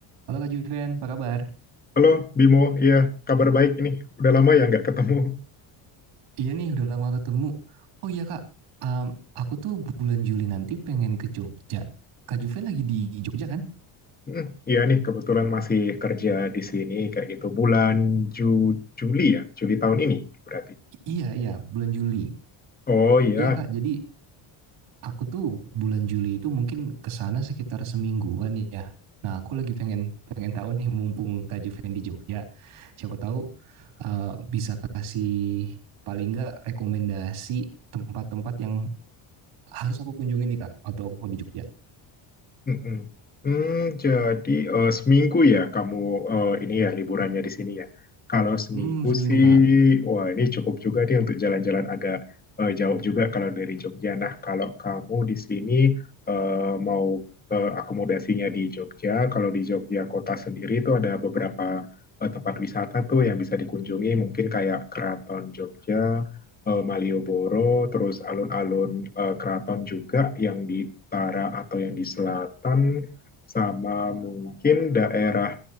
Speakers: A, on the right; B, on the left.
A: Halo Kak Juven, apa kabar?
B: Halo Bimo, iya kabar baik ini. Udah lama ya nggak ketemu.
A: Iya nih, udah lama ketemu. Oh iya Kak, um, aku tuh bulan Juli nanti pengen ke Jogja. Kak Juven lagi di Jogja kan?
B: Hmm, Iya nih kebetulan masih kerja di sini kayak gitu bulan Ju- Juli ya, Juli tahun ini berarti.
A: I- iya, iya, bulan Juli.
B: Oh iya,
A: Iya Kak, jadi aku tuh bulan Juli itu mungkin ke sana sekitar semingguan ya. Nah, aku lagi pengen pengen tahu nih mumpung Kak Juven di Jogja, siapa tahu uh, bisa kasih paling nggak rekomendasi tempat-tempat yang harus aku kunjungi nih Kak, atau aku di Jogja.
B: Mm-mm. Hmm, jadi eh, seminggu ya kamu eh, ini ya liburannya di sini ya. Kalau seminggu
A: Hmm, seminggu
B: sih,
A: Kak.
B: wah ini cukup juga nih untuk jalan-jalan agak eh, jauh juga kalau dari Jogja. Nah, kalau kamu di sini eh, mau eh, akomodasinya di Jogja, kalau di Jogja kota sendiri itu ada beberapa eh, tempat wisata tuh yang bisa dikunjungi, mungkin kayak Keraton Jogja, eh, Malioboro, terus alun-alun eh, keraton juga yang di utara atau yang di selatan, sama mungkin daerah